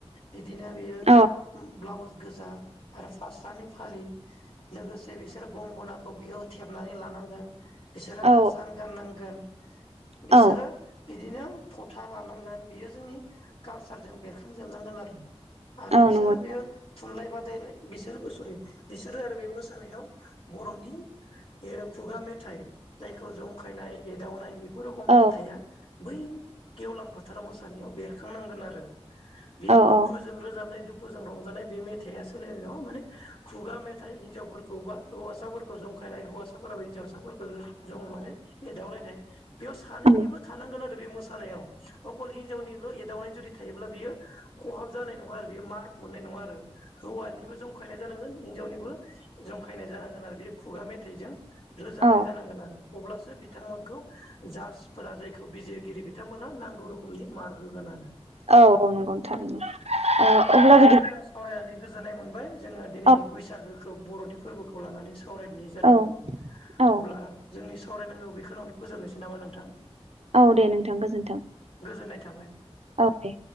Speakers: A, on the left (about 60°); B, on the right (about 80°).
A: बिदिनो बेयो
B: औ
A: ब्लाउस गोजा आरो फास्रानि फालि लोगोसे बिसोर गंगोना खौ बेयाव थेबनानै लानांगोन बिसोरो
B: औ
A: आसान गाननांगोन बिसोरो
B: औ
A: बिदिनो फथा लानांगोन बियो जोंनि कालसारजों बेरखांजोबनांगोन आरो आरो
B: औ
A: बिसोरो
B: नंगौ
A: बियो थुनलाइ बाद <unintelligible> बिसोरबो सरि बिसोरो आरो बे मोसानायाव बर'नि बे खुगा मेथाइ जायखौ जंखायनाय एदावनाय बे फोर रखम
B: औ
A: मेथाया बै गेवलां फोथाराव मोसानायाव बेरखांनांगोन आरो बेयाव
B: औ
A: दुखुजों
B: औ
A: रोजाबनाय दु खुजों रंजानाय बे मेथाया सोलिनाय नङा माने खुगा मेथाइ हिनजावफोरखौ बा हौवासाफोरखौ जं खायनाय हौवासाफोराबो हिनजावसाफोरखौ जं माने एदावलायनाय बेयाव सानैनिबो
B: औ
A: थानांगोन आरो बे मोसानायाव। अकल हिनजावनिल' एदावनाय जुदि थायोब्ला बियो खहाब जानाय नङा आरो बेयो मार्क मोननाय नङा आरो हौवानिबो जंखायनाय जानांगोन हिनजावनिबो जंखायनाय जानांगोन आरो बे खुगा मेथाइजों रोजाबनाय
B: औ
A: जानांगोन आरो अब्लासो बिथांमोनखौ जासफोरा जायखौ बिजिरगिरि बिथांमोनहा नांगौ रोखोमनि मार्क होगोन आरो
B: औ नंगौ नोंथां नंगौ ओ अब्ला
A: नोंथांजों
B: बिदि
A: आं सावरायनानै गोजोननाय मोनबाय जोङो दिनैनि
B: औ
A: बैसागोखौ बर'नि फोरबोखौ लानानै सावरायनाय जादोंमोन।
B: औ औ
A: अब्ला जोंनि सावरायनांगौ बेखिनावनो फोजोबनोसै नामा नोंथां?
B: औ दे नोंथां गोजोन्थों।
A: गोजोननाय थाबाय
B: औे दे।